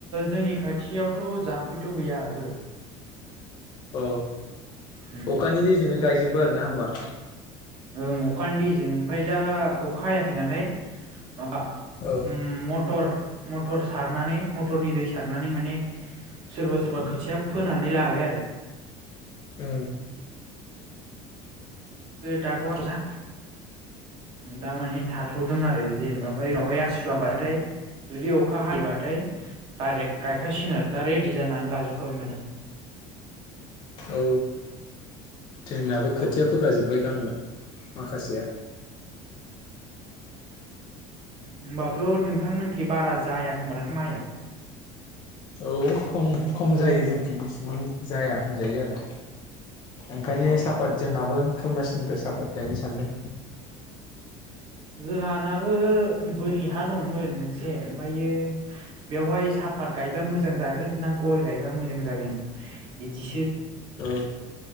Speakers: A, on the right (about 40°); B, on the left (about 35°).
A: जोंनि खाथियावथ' जाम्फैथ' गैया ओहो।
B: अ
A: उम
B: अखानि दैजोंनो गायजोबो आरो ना होमबा।
A: ओं अखानि दैजों ओमफ्राय दा अखा हायाखै नालाय माबा
B: औ
A: उम मटर मटर सारनानै मथरनि दै सारनानै माने सोरबा सोरबा खोथिया फोनानै लाबाय आरो।
B: औ।
A: दाथ' आर ना दामाने था थ'दों आरो जेनेबा ओमफ्राय बेवहाय आमथिसुवा बायबाथाय जुदि अखा हायोबाथाय डाइरेक्ट गायखासिगोन आरो दा रेडि जानानै लाजोबखाबाय माने।
B: औ। जोंनाबो
A: औ
B: खोथिया फोखाजोबबाय गामियाव। माखासेया।
A: होनोमबाथ' नोंथांमोनखि बारा जायाखोमा माइया।
B: औ खम खम जायो जोंनिथिं बेसेबां जाया होनजायो आरो। ओंखायनो
A: अ
B: सापात जोंहाबो खालामगासि निफ्राय साफात गायनो सानदों‌।
A: जोंहानाबो बोरि हा दंमोन मोनसे ओमफ्रायो बेवहाय सा फात गायबा मोजां जागोन ना गय गायबा मोजां जागोन इदि
B: औ